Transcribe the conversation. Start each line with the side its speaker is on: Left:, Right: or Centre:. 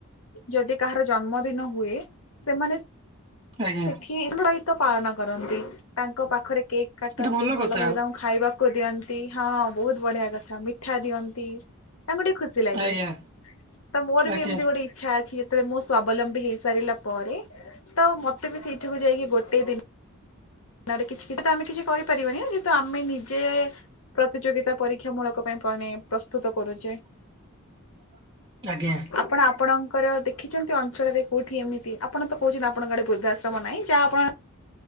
Left: ଯଦି କାହାର ଜନ୍ମଦିନ ହୁଏ ସେମାନେ
Right: ଆଜ୍ଞା
Left: ସେଠି <unintelligible> ସହିତ ପାଳନ କରନ୍ତି। ତାଙ୍କ ପାଖରେ କେକ୍ କାଟନ୍ତି
Right: ଏଟା
Left: ଭଲ
Right: କଥା
Left: ଭରେ ତାଙ୍କୁ ଖାଇବା କୁ ଦିଅନ୍ତି ହଁ ବହୁତ ବଢିଆ କଥା ମିଠା ଦିଅନ୍ତି। ତାଙ୍କୁ ଟିକେ ଖୁସି ଲାଗେ
Right: ଆଜ୍ଞା
Left: ତ ମୋର
Right: ଆଜ୍ଞା।
Left: ବି ଏମତି ଗୋଟେ ଇଛା ଅଛି ଯେତେବେଳେ ମୁଁ ସ୍ଵାବଲମ୍ବୀ ହେଇସାରିଲା ପରେ ତ ମତେ ବି ସେଇଠକୁ ଯାଇକି ଗୋଟେ ଦିନ ନେ କିଛି ତ ଆମେ କିଛି କହିପାରିବାନି ନା <unintelligible> ତ ଆମେ ନିଜେ ପ୍ରତିଯୋଗିତା ପରୀକ୍ଷା ମୂଳକ ପାଇଁ ମାନେ ପ୍ରସ୍ତୁତ କରୁଛେ।
Right: <unintelligible> ଆଜ୍ଞା
Left: ଆପଣ ଆପଣଙ୍କର ଦେଖ ରଖିଛନ୍ତି ଅଞ୍ଚଳରେ କୋଉଠି ଏମିତି ଆପଣ ତ କହୁଛନ୍ତି ଆପଣଙ୍କ ଗଡେ ବୃଦ୍ଧାଶ୍ରମ ନାଇଁ ଯାହା ଆପଣ